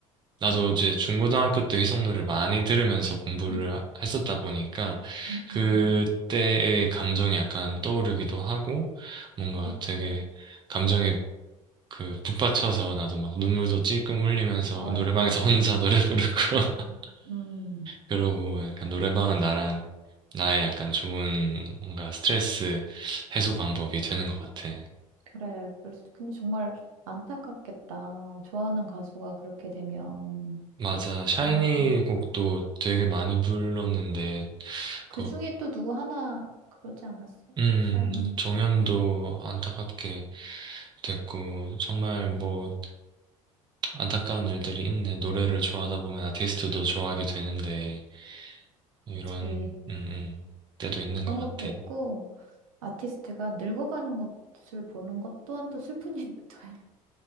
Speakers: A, on the right (about 25°); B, on the right (about 70°).
A: 나도 이제 중고등학교 때 의성노를 많이 들으면서 공부를
B: 음,
A: 하- 했었다 보니까
B: 음,
A: 그때의
B: 음.
A: 감정이 약간 떠오르기도 하고 뭔가
B: 그치.
A: 되게 감정에 그 북받쳐서 나도 막 눈물도 찔끔 흘리면서
B: 아이고.
A: 노래방에서 <laughs> 혼자 노래 부르고 <laughs>
B: 음, 음.
A: 그러고 약간 노래방은 나랑 나의 약간 좋은 뭔가 스트레스 해소 방법이 되는 것 같아.
B: 그래. 그럴 수도. 근데 정말 안타깝겠다. 좋아하는 가수가 그렇게 되면.
A: 맞아. 샤이니
B: 음.
A: 곡도 되게 많이 불렀는데
B: 그
A: 그
B: 중에 또 누구 하나 그러지 않았어?
A: 음,
B: 샤이니
A: 정연도
B: 중에도.
A: 안타깝게 됐고, 정말 뭐, 안타까운 일들이 있네. 노래를 좋아하다 보면 아티스트도 좋아하게 되는데, 이런,
B: 예.
A: 음, 음, 때도 있는
B: 그런
A: 것 같아.
B: 것도 있고, 아티스트가 늙어가는 것을 보는 것 또한 또 슬픈 <laughs> 일이기도 해.